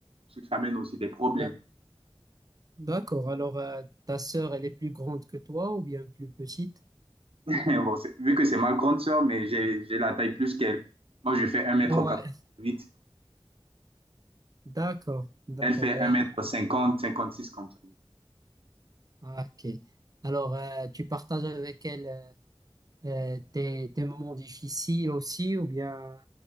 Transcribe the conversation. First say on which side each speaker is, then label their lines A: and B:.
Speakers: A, on the right; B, on the right.
A: Parce que ça amène aussi des problèmes.
B: Là. D'accord. Alors, euh, ta sœur, elle est plus grande que toi ou bien plus petite?
A: <laughs> Bon, c'est- vu que c'est ma grande sœur, mais j'ai j'ai la taille plus qu'elle. Moi, je fais un mètre
B: Ouais.
A: quatre-vingt-huit.
B: D'accord, d'accord.
A: Elle fait
B: Et-
A: un mètre cinquante, cinquante-six comme ça.
B: ah, ok. Alors, euh, tu partages avec elle... euh, euh, des, des moments difficiles aussi, ou bien